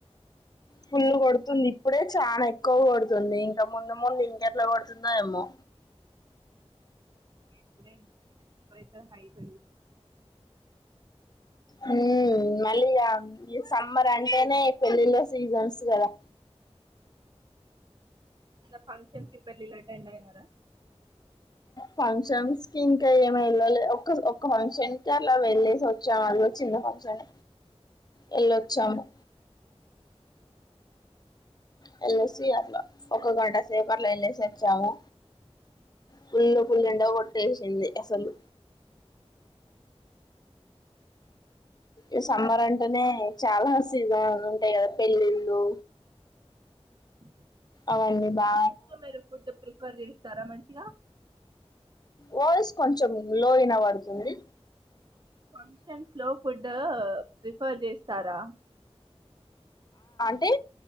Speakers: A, on the left (about 40°); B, on the right (about 45°).
A: ఫుల్లు కొడుతుంది
B: మరి
A: ఇప్పుడే
B: వెళ్ళారా?
A: చనా ఎక్కువ కొడుతుంది ఇంకా ముందు ముందు ఇంకెట్లా కొడుతుందా ఏమో
B: ఇప్పుడే టెంపరేచర్ హైట్
A: హమ్ మళ్ళీ ఈ సమ్మర్ అంటేనే పెళ్ళిళ సీజన్స్ కదా
B: మైన ఫంక్షన్స్ కి పెళ్లిళ్లు అటెండ్ అయినారా
A: ఫంక్షన్స్ కి ఇంకా ఏమి వెళ్ళలే ఒక ఒకక్క ఫంక్షన్ కి అలా వెళ్ళేసి వచ్చాముళ చిన్న ఫంక్షన్ వెళ్ళొచ్చాము వెళ్ళసి అట్లా ఒక గంట సేపర్లో వెళ్ళేసి వచ్చాము ఫుల్లు ఫుల్లుల్లెండో కొట్టేసింది అసలు ఇ సమ్మర్ అంటేనే చాలా సీజన్ ఉంటాయి కదా పెళ్ళిళ్ళు
B: ఉమ్
A: అయ్యిందా
B: మీరు ఫుడ్ ప్రిఫర్ చేస్తారా మంచిగా
A: వాయిస్ కొంచెం లోయినా వడుతుంది
B: ఫంక్షన్స్ లో ఫుడ్ ప్రిఫ్ ఫర్ జేస్తారా
A: లీ